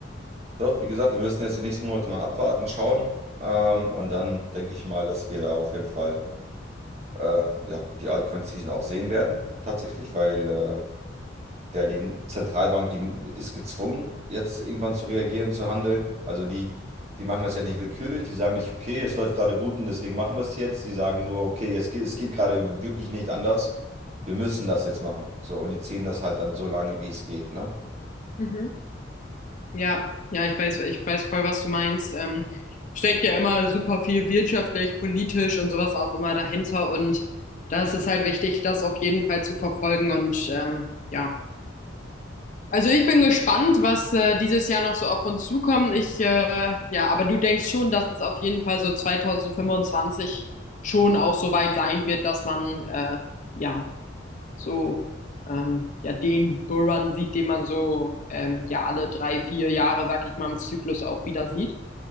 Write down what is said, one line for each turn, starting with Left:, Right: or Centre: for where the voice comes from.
Right: doch, wie gesagt, wir müssen jetzt die nächsten Monate mal abwarten, schauen. Ähm, und dann denke ich mal, dass wir da auf jeden Fall äh, ja, die Altcoin-Season auch sehen werden, tatsächlich, weil äh, ja, die Zentralbank, die ist gezwungen, jetzt irgendwann zu reagieren, zu handeln. Also die, die machen das ja nicht willkürlich, die sagen nicht, okay, es läuft gerade gut und deswegen machen wir es jetzt. Die sagen nur, okay, es geht, es geht gerade wirklich nicht anders. Wir müssen das jetzt machen. So, und die ziehen das halt dann so lange, wie es geht, ne?
Left: Mhm. Ja, ja, ich weiß, ich weiß voll, was du meinst. Ähm, steckt ja immer super viel wirtschaftlich, politisch und sowas auch immer dahinter. Und das ist halt wichtig, das auf jeden Fall zu verfolgen. Und ähm, ja, also ich bin gespannt, was äh, dieses Jahr noch so auf uns zukommt. Ich, äh, ja, aber du denkst schon, dass es auf jeden Fall so 2025 schon auch so weit sein wird, dass man äh, ja so ähm, ja, den Bullrun sieht, den man so ähm, ja alle drei, vier Jahre, sag ich mal, im Zyklus auch wieder sieht.